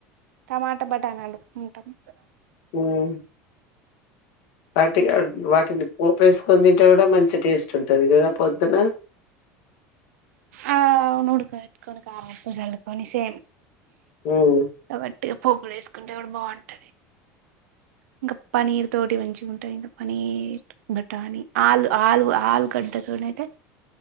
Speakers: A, on the right; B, on the left.
A: టమాటా బఠానీ అండుకుంటము.
B: మ్ వట్టిగా ర్ వాటిని పోపేసు పొందింటే కూడా మంచి టేస్ట్ ఉంటుంది కదా పొద్దున
A: ఆ అవున్ వుడాకబెట్కొని కారం ఉప్పు జ సేమ్
B: ఉమ్
A: కాబట్టి పోపులు ఎసుకుంటే కూడా బాగుంటది. ఇంకా పనీర్ తోటి మంచిగా ఉంటాది పనీర్ బటాని ఆలు ఆలు ఆలుగడ్డతో నయితే